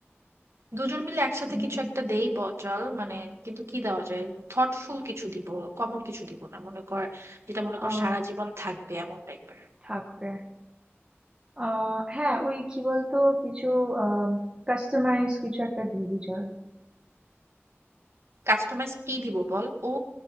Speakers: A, on the right; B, on the right.
A: দুজন মিলে একসাথে
B: উম
A: কিছু একটা দেই বচল মানে কিন্তু কি দেওয়া যায় থটফুল কিছু দিব কমন কিছু দিব না মনে কর যেটা মনে কর
B: আহ
A: সারা জীবন থাকবে এমন টাইপের
B: থাকবে আহ হ্যাঁ ওই কি বলতো কিছু কাস্টমাইজ কিছু একটা দিয়ে দিই চল
A: কাস্টমাইজ কি দিব বল ও